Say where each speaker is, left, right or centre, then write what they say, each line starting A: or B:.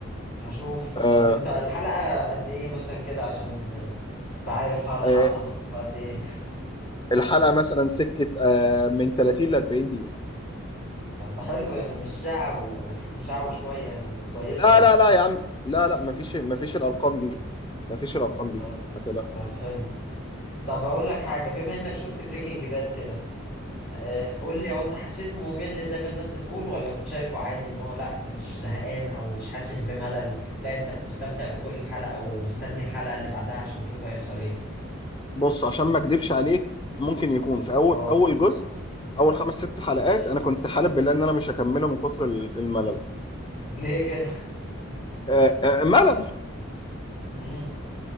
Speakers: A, on the left; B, on the left.
A: هشوف
B: آه
A: طب انت الحلقه قد ايه مثلا كده عشان بعرف هلحق
B: آه
A: اخلصها في قد ايه
B: الحلقة مثلا سكة آه من 30 ل 40 دقيقة
A: طب ده حلو يعني مش ساعه و... وساعه وشويه يعني ده كويسه
B: لا
A: يعني
B: لا لا يا عم لا لا مفيش مفيش الارقام دي مفيش الارقام دي
A: طب
B: ما تقلقش
A: طب حلو طب اقول لك حاجه بما انك شفت بريكنج باد كده آه، قول لي هو انت حسيته ممل زي ما الناس بتقول ولا كنت شايفه عادي ان هو لا انت مش زهقان او مش حاسس بملل لا انت بتستمتع بكل حلقة ومستني الحلقة اللي بعدها عشان تشوف هيحصل ايه
B: بص عشان ما اكدبش عليك ممكن يكون في اول
A: اه
B: اول جزء اول خمس ست حلقات
A: ماشي
B: انا كنت حالب بالله ان انا مش هكمله من كتر ال- الملل
A: <laughs> ليه كده
B: آه، آه، ملل
A: امم